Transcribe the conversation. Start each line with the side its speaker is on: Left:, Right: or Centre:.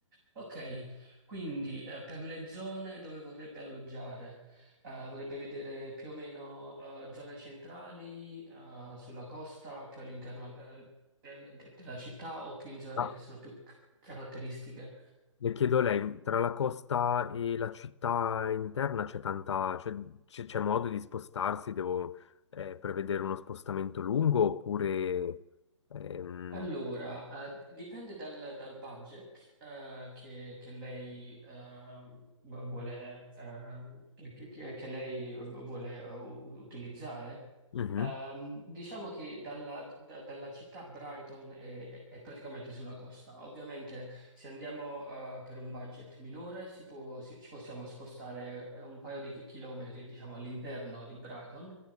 Right: Ok, quindi eh, per le zone dove vorrebbe alloggiare, eh, vorrebbe vedere più o meno eh, zone centrali, eh, sulla costa, più all'interno eh, del- de- della città o più in zone
Left: Ah,
Right: che sono più c- caratteristiche.
Left: le chiedo a lei, tra la costa e la città interna c'è tanta, c'è c'è- c'è modo di spostarsi? Devo eh, prevedere uno spostamento lungo oppure... ehm,
Right: Allora, eh, dipende dal, dal budget eh, che, che lei eh, vuole, eh, che, che- che lei vuole eh, utilizzare.
Left: mhm.
Right: Ehm, diciamo che dalla, da- dalla città Brighton è, è praticamente sulla costa. Ovviamente, se andiamo eh, per un budget minore, si può- si- ci possiamo spostare eh, un paio di chi- chilometri, diciamo, all'interno di Brighton.